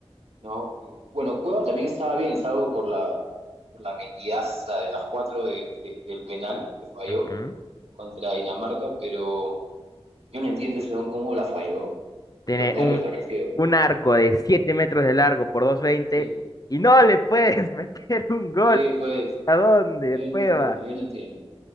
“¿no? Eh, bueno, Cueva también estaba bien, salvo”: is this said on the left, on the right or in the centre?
Right